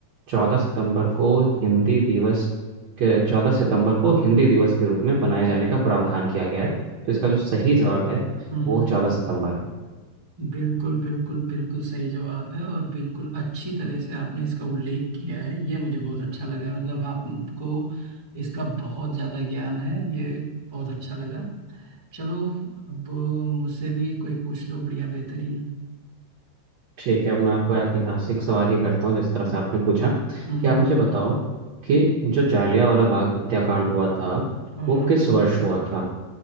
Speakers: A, on the right; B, on the right.
A: चौदह सितंबर को हिंदी दिवस के चौदह सितंबर को हिंदी दिवस के रूप में बनाए जाने का प्रावधान किया गया है तो इसका जो सही जवाब है
B: हम्म,
A: वो
B: हम्म।
A: चौदह सितंबर है
B: बिल्कुल बिल्कुल बिल्कुल सही जवाब है और बिल्कुल अच्छी तरह से आपने इसका उल्लेख किया है ये मुझे बहुत अच्छा लगा मतलब आपको इसका बहुत ज़्यादा ज्ञान है ये बहुत अच्छा लगा चलो अब मुझसे भी कोई पूछ लो बढ़िया बेहतरीन
A: ठीक है अब मैं आपको ऐतिहासिक सवाल ही करता हूँ जिस तरह से आपने पूछा
B: हम्म
A: कि आप मुझे बताओ कि जो जालियांवाला बाग हत्याकांड हुआ था
B: हम्म
A: वो किस वर्ष हुआ था